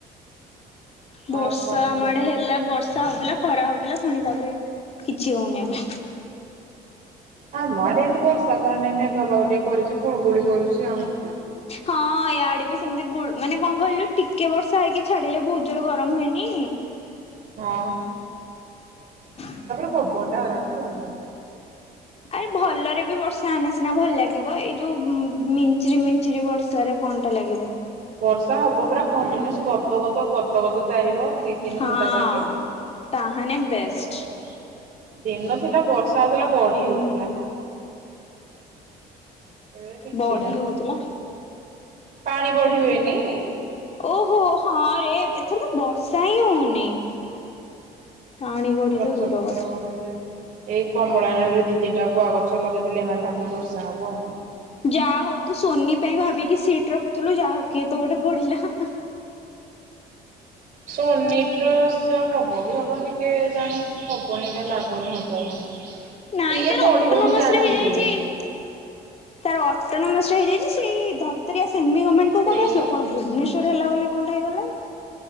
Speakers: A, on the left; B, on the right.
A: ବର୍ଷା
B: ଆଉ କଣ
A: ଆମ
B: କୁହ?
A: ଆଡେ ହେଲା ବର୍ଷା ହଉଥିଲା ଖରା ହଉଥିଲା ଫୁଣି ତାପରେ କିଛି ହଉନି ଏବେ।
B: ଆମ ଆଡେ ଏମିତି ବର୍ଷା ଖରା ନାହିଁ ମେଘୁଆ ପାଗ ଟିକେ କରିଛି ଗୁଳୁଗୁଳି କରୁଛି ଆଉ।
A: ହଁ ଇଆଡ଼େ ବି ସେମିତି ଗୁଳ ମାନେ କଣ କହିଲୁ ଟିକେ ବର୍ଷା ହେଇକି ଛାଡିଲେ ବହୁତ ଜୋର ଗରମ ହୁଏନି
B: ହଁ।
A: <unintelligible>
B: ପବନ ଟା ହେରା ଟିକେ ଭଲ ଲାଗେ।
A: ଆରେ ଭଲରେ ବି ବର୍ଷା ହେନେ ସିନା ଭଲ ଲାଗିବ ଏଇ ଯୋଉ ଉଁ ମିଞ୍ଚରି ମି ଞ୍ଚିରି ବର୍ଷା ରେ କଣ ଟା ଲାଗିବ।
B: ବର୍ଷା ହବ ପୁରା କଣ୍ଟିନ୍ୟୁସ ଗଦ ଗଦ ଗଦ ଗଦ ତାରିବ। ଦି ତିନି
A: ହଁ
B: ଘଣ୍ଟା ଯାକେ।
A: ତାହାନେ ବେଷ୍ଟ।
B: <inaudible> ଦିନ ଥିଲା ବର୍ଷା ହେଉଥିଲା ବଢି ହଉଥିଲା। ଏବେ କିଛି
A: ବଢି
B: ନାହିଁ
A: ହଉଥିଲା।
B: ପାଣି ବଢି ହୁଏନି
A: ଓହୋ ହଁରେ ଏଥର ତ ବର୍ଷା ହିଁ ହଉନି। ପାଣି ବଢି
B: ଗଛ
A: ତ ଦୂର
B: ପତ୍ର
A: କଥା।
B: ଗୋଟେ ଯେ ଏଇ କମଳାନେହେରୁ ଦି ତିନିଟା ଗୁଆ ଗଛ ଲଗେଇଦେଲେ ଏମାନେ ଭାବୁଚନ୍ତି ବର୍ଷା ହବ ଆଉ।
A: ଯାହା ହଉ ତୁ ସୋନି ପାଇଁ ଭାବିକି ସିଟ ରଖିଥିଲୁ ଯାହା ହଉ କିଏ ତ ଗୋଟେ ପଢିଲା ହା ହା।
B: ସୋନି ଟ ର ସେ ହବ କି ହବନି କେଜାଣି? ହବନି କାଇଁ ଲାଗୁନି ହବ ବୋଲି
A: ନାଇଁ
B: ଇଏ
A: ତାର
B: ପଢିବ
A: ଅଟୋନମସ
B: ମୁଁ ଜାଣିଥିଲି।
A: ରେ ହେଇଯାଇଛି ତାର ଅଟୋନୋମସ ହେଇଯାଇଛି ସେଇ ଧ ତ୍ରିଆ ସେମିଗମେଣ୍ଟ
B: ସେଇ
A: କଣ ପାଈଁ ଆସିବ କଣ ଭୁବନେଶ୍ୱର ହେଲା ବୋଲି କଣଟା ହେଇଗଲା।